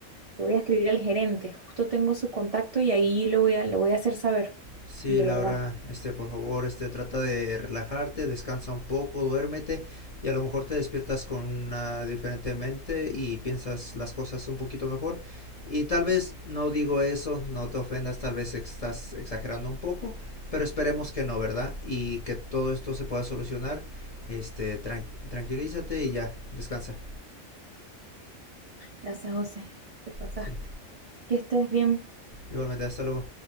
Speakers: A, on the right (about 75°); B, on the left (about 45°).
A: Lo voy a escribir al gerente, justo tengo su contacto y ahí lo voy a, lo voy a hacer saber,
B: Sí,
A: de
B: Laura,
A: verdad.
B: este, por favor, este, trata de relajarte, descansa un poco, duérmete y a lo mejor te despiertas con una diferente mente y piensas las cosas un poquito mejor. Y tal vez no digo eso, no te ofendas, tal vez estás exagerando un poco, pero esperemos que no, ¿verdad? Y que todo esto se pueda solucionar. Este, tran- tranquilízate y ya, descansa.
A: Gracias, José, te pasaste.
B: Sí.
A: Que estés bien.
B: Igualmente, hasta luego.